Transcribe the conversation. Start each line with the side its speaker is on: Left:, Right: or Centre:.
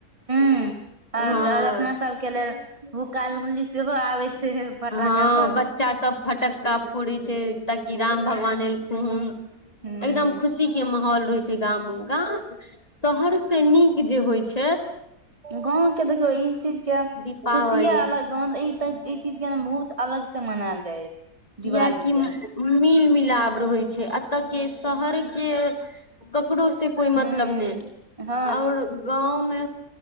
Right: हं
Left: हँ
Right: आऔर अपना सब के लेल भुकाल गली सेहो आबे छै फटाका
Left: हँ
Right: सब
Left: बच्चा सब फटक्का कोे छै तऽ की राम भगवान एलखु एकदम
Right: हूं
Left: खुशी के माहौल रहै छै गाम ग शहर से नीक जे होइ छय
Right: गाँव के देखियउ ई चीज के
Left: दीपावली
Right: खुशिये अलग
Left: छै
Right: गाँ ई तऽ ई चीज के बहुत अलग से मनायल जाय अछि
Left: कियाकि
Right: दिवाली के
Left: मिल मिलाप रहय छै एतऽ के शहर के ककरो से कोइ
Right: हूं
Left: मतलब नय
Right: हँ
Left: ओर गाँव मे